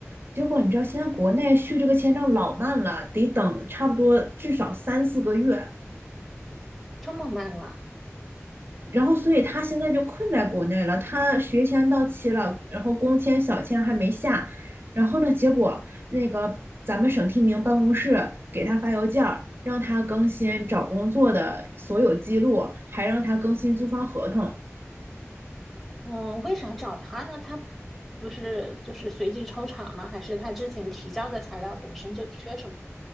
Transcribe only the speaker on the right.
结果你知道，现在国内续这个签证老慢了，得等差不多至少三四个月。
然后，所以他现在就困在国内了。他学签到期了，然后工签、小签还没下。然后呢，结果那个咱们省提名办公室给他发邮件儿，让他更新找工作的所有记录，还让他更新租房合同。